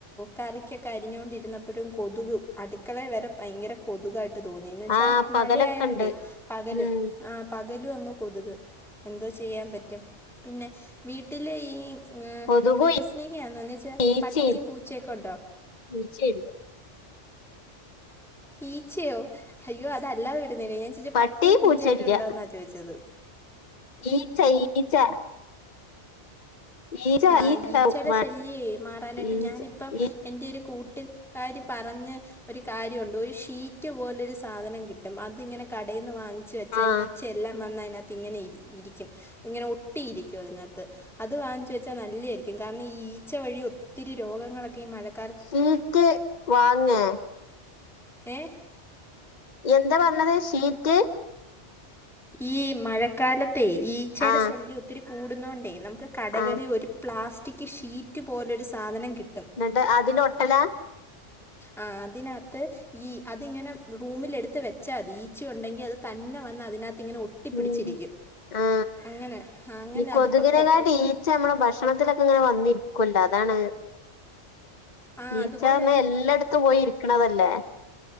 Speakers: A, in the centre; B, on the left (about 40°).
A: കറിക്കൊക്കെ അരിഞ്ഞൊണ്ടിരുന്നപ്പഴും കൊതുക് അടുക്കളെ വരെ ഭയങ്കര കൊതുകായിട്ട് തോന്നിന്ന് വെച്ചാ
B: ആഹ് പകലൊക്കെ
A: മഴയായോണ്ടേ
B: ഉണ്ട്
A: പകല്
B: ഉം
A: ആ പകൽ ലും അങ്ങ് കൊതുക് എന്തോ ചെയ്യാൻ പറ്റും പിന്നെ വീട്ടില് ഈ ആ
B: കൊതുകും
A: മൃഗസ്നേഹിയാന്നൊ ന്ന് വെച്ചാ
B: ഈച്ചയും
A: പട്ടിയും പൂച്ചക്കെ ണ്ടോ
B: <unintelligible>
A: ഈച്ചയോ അയ്യോ അത് അല്ലാതെ വിടെ <unintelligible> ഞാൻ ചോയ്ച്ചെ
B: പട്ടി
A: പട്ടിയും
B: പൂച്ചയില്ല
A: പൂച്ചയൊക്കെ ഉണ്ടോന്നാ ചോയ്ച്ചത്
B: ഈച്ച ഈച്ച ഈച്ച
A: ആ
B: ഈച്ച
A: ഈച്ചയുടെ
B: ഉണ്ടാവും.
A: ശല്യേ മാറാനായിട്ട്
B: ഈച്ച
A: ഞാനിപ്പം എന്റെറരു കൂ ട്ടുകാരി പറഞ് ഒരു കാ ഒരു ഷീറ്റ് പോലെ ഒരു സാധനം കിട്ടും അത്ങ്ങനെ കടയ്ന്ന് വാങ്ങിച്ച് വെച്ചാ
B: ആഹ്
A: ഈച്ച എല്ലാം വന്ന് അ ഇങ്ങനെ ഇരിക്കും ഇങ്ങനെ ഒട്ടി ഇരിക്കും അതിനാത്ത് അത് വാങ്ങിച്ചു വെച്ചാ നല്ലായിരിക്കും കാരണം ഈ ഈ ഈച്ച വഴി ഒത്തിരി രോഗങ്ങളൊക്കെ ഈ മഴക്
B: ഷീറ്റ് വാങേ
A: ഏ
B: എന്താ പറഞ്ഞത് ഷീറ്റ്
A: ഈ മഴക്കാലത്തെ ഈച്ചയുടെ
B: ആ
A: ശല്യം ഒത്തിരി കൂടുന്നോണ്ടേ നമ കടകളി
B: ആ
A: ഒരു പ്ലാസ്റ്റിക് ഷീറ്റ് പോലൊ ഒരു സാധനം കിട്
B: ന്നിട്ട് അതിലൊട്ടല
A: ആ അതിനകത്ത് ഈ അതിങ്ങനെ റൂമിൽ എടുത്ത് വെച്ചാ തി ഈച്ച ഉണ്ടെങ്കി അത് തന്നെ വന്ന് അതിനകത്ത് ഇങ്ങനെ ഒട്ടിപ്പിടിച്ചിരിക്കും
B: ഉം ആ
A: അങ്ങനെ ആ, അങ്ങനെ
B: ഈ കൊതുകിനേക്കാട്ട്
A: അതിപ്പോ കൊ
B: ഈച്ച നമ്മള ഭക്ഷണത്തിലൊക്കെ ഇങ്ങനെ വന്നിരിക്കൂല്ലോ അതാണ്
A: ആ
B: ഈച്ചാർഞ്ഞെ
A: അതുപോലെ തന്നെ ഈ
B: എല്ലാടത്തും പോയി ഇരിക്കണതല്ലേ